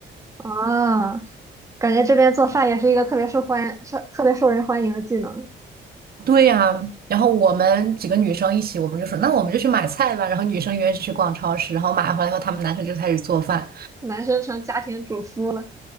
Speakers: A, on the right; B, on the right.
A: 啊，感觉这边做饭也是一个特别受欢受特别受人欢迎的技能，
B: 对呀，然后我们几个女生一起，我们就说，那我们就去买菜吧。然后女生约去逛超市，然后买回来后，他们男生就开始做饭，
A: 男生成家庭主夫了。